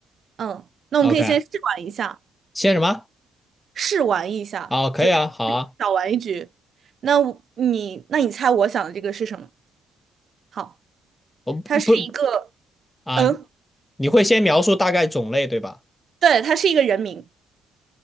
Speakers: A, on the right (about 50°); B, on the left (about 15°).
A: 嗯，那我们可以先试玩一下，
B: ，OK，先什么？
A: 试玩一下，
B: 哦，可以啊，
A: 就是
B: 好啊，
A: <laughs> 小玩一局。那我你那你猜我想的这个是什么？好，
B: 我不不
A: 它是一个，
B: 啊，
A: 嗯，
B: 你会先描述大概种类对吧
A: 对，它是一个人名。